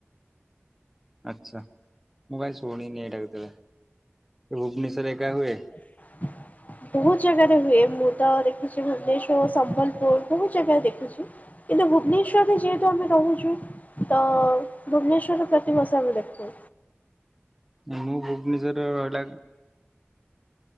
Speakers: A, in the centre; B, on the left.
A: ଆଚଛା ମୁଁ କାଇ ଶୁଣି ନେଇଡାକ କେବେ। ଭୁବନେଶ୍ୱରରେ ଏକା ହୁଏ?
B: <unintelligible> ବହୁତ ଜାଗାରେ ହୁଏ ମୁଁ ତ ଦେଖିଛି ଭୁବନେଶ୍ୱର ସମ୍ବଲପୁର ବହୁତ ଜାଗାରେ ଦେଖିଛିୁ। କିନ୍ତୁ ଭୁବନେଶ୍ୱରରେ ଯେହେତୁ ଆମେ ରହୁଛିୁ ତ ଭୁବନେଶ୍ଵର ପ୍ରତିିବର୍ଷ ଆମେ ଦେଖୁ।
A: ମୁଁ ଭୁବନେଶ୍ୱର ରେ ରହିଲା